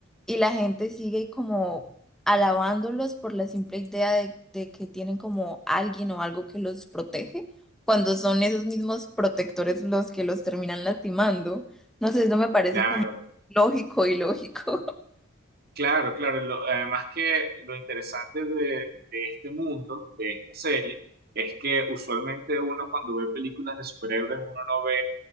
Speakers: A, in the centre; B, on the right.
A: y la gente sigue como alabándolos por la simple idea de, de que tienen como alguien o algo que los protege, cuando son esos mismos protectores los que los terminan lastimando. No sé, eso me parece
B: Claro.
A: como lógico y lógico. <laughs>
B: Claro, claro. lo- además que lo interesante de, de este mundo, de esta serie, es que usualmente uno cuando ve películas de superhéroes, uno no ve